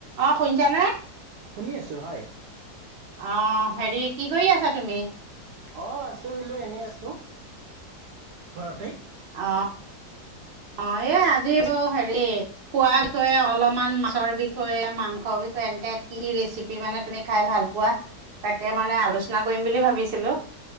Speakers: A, on the right (about 45°); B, on the right (about 65°).
A: অ শুইন শুনিছানে
B: শুনি আছোঁ হয়
A: অ হেৰি কি কৰি আছা তুমি?
B: অ আছো আৰু এনেই আছো ঘৰতেই।
A: অ অ এই আজি টো হেৰি খোৱাৰ বিষয়ে অলপমান মাছৰ বিষয়ে মাংসৰ বিষয়ে এনেকে কি ৰেচিপি মানে তুমি খাই ভাল পোৱা তাকে মানে আলোচনা কৰিম বুলি ভাবিছিলো।